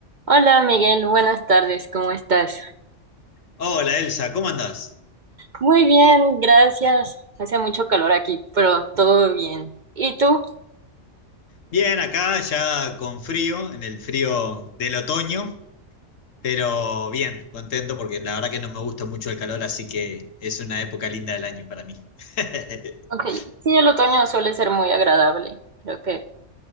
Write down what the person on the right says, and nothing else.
Hola Miguel, buenas tardes, ¿cómo estás?
Muy bien, gracias. Hace mucho calor aquí, pero todo bien. ¿Y tú?
Ok, sí, el otoño suele ser muy agradable. Creo que